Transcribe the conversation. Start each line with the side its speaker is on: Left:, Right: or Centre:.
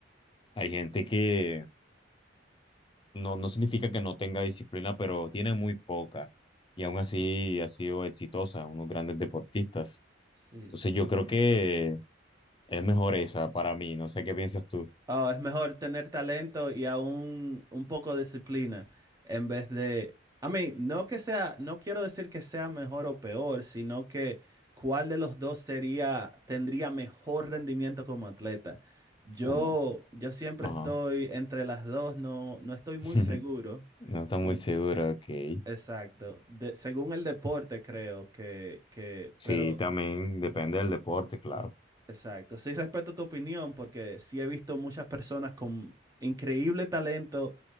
Left: hay gente que no, no significa que no tenga disciplina, pero tiene muy poca y aún así ha sido exitosa, unos grandes deportistas.
Right: Sí.
Left: Entonces yo creo que es mejor esa para mí, no sé qué piensas tú.
Right: Oh, es mejor tener talento y aún un poco de disciplina en vez de... A mí, no que sea, no quiero decir que sea mejor o peor, sino que cuál de los dos sería, tendría mejor rendimiento como atleta. Yo,
Left: Puma.
Right: yo siempre
Left: Ajá.
Right: estoy entre las dos, no, no estoy muy
Left: <laughs>
Right: seguro.
Left: No está muy
Right: por-
Left: segura, ok.
Right: exacto. de- según el deporte, creo que, que,
Left: Sí,
Right: pero
Left: también depende del deporte, claro.
Right: Exacto. Sí respeto tu opinión porque sí he visto muchas personas con increíble talento